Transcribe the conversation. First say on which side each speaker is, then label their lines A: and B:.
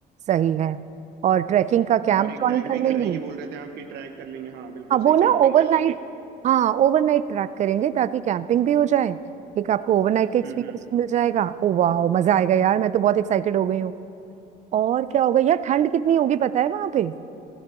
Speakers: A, on the right (about 45°); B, on the right (about 75°).
A: सही है और ट्रैकिंग का कैंप
B: और एक
A: ज्वाइन
B: ट्रैक
A: कर
B: भी करने
A: लेंगे
B: की बोल रहे थे आपकी ट्रैक कर लेंगे हाँ बिल्कुल
A: हाँ वो
B: सही
A: ना
B: कैंपिंग
A: ओवरनाइट
B: कर लेंगे
A: हाँ ओवरनाइट ट्रैक करेंगे ताकि कैंपिंग भी हो जाए एक आपको ओवरनाइट का एक्सपीरियंस
B: हम्म हम्म
A: मिल जाएगा ओ वाह मजा आएगा यार मैं तो बहुत एक्साइटेड हो गई हूँ और क्या होगा यार ठंड कितनी होगी पता है वहां पे